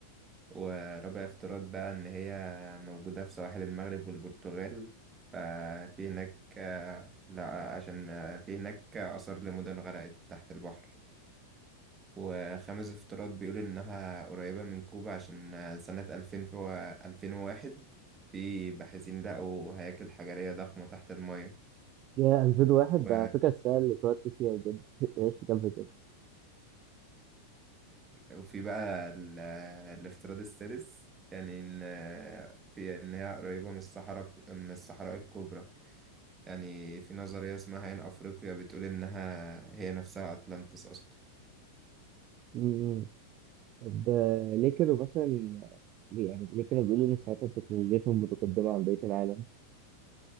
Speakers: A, on the right; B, on the right.
A: ورابع افتراض بقى إن هي موجودة في سواحل المغرب والبرتغال ففي هناك آه، لا عشان آه، في هناك آثار لمدن غرقت تحت البحر وخامس افتراض بيقول إنها قريبة من كوبا عشان آه، سنة ألفين في ألفين وواحد في باحثين لقوا هياكل حجرية ضخمة تحت المية
B: يا 2001
A: و-
B: ده على فكرة السنة اللي اتولدت فيها بجد <laughs> ماشي كمل كده
A: وفي بقى ال- الافتراض السادس يعني إن آه، في إن هي قريبة من الصحراء من الصحراء الكبرى يعني في نظرية اسمها عين أفريقيا بتقول إنها هي نفسها أتلانتس أصلا
B: مم. طب آه، ليه كانوا مثلا ليه يعني ليه كانوا بيقولوا ان ساعتها تكنولوجيتهم متقدمة عن بقية العالم؟